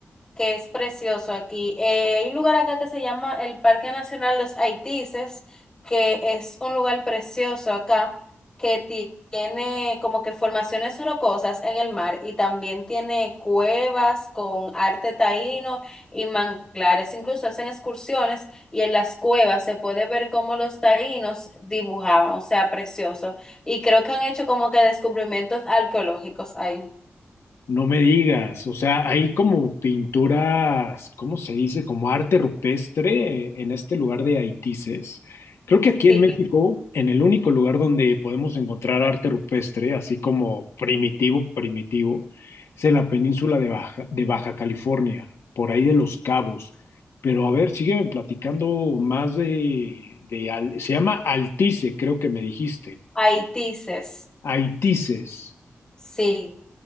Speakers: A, on the left; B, on the left.
A: que es precioso aquí. Eh, hay un lugar acá que se llama el Parque Nacional Los Haitises, que es un lugar precioso acá, que ti- tiene como que formaciones rocosas en el mar y también tiene cuevas con arte taíno y manglares. Incluso hacen excursiones y en las cuevas se puede ver cómo los taínos dibujaban, o sea, precioso. Y creo que han hecho como que descubrimientos arqueológicos ahí.
B: No me digas, o sea, hay como pinturas, ¿cómo se dice? Como arte rupestre en este lugar de Haitises. Creo que aquí
A: Sí,
B: en México, en el único lugar donde podemos encontrar arte rupestre, así como primitivo, primitivo, es en la península de Baja, de Baja California, por ahí de Los Cabos. Pero a ver, sigue platicando más de, de al- se llama Altice, creo que me dijiste.
A: Haitises.
B: Haitises.
A: Sí.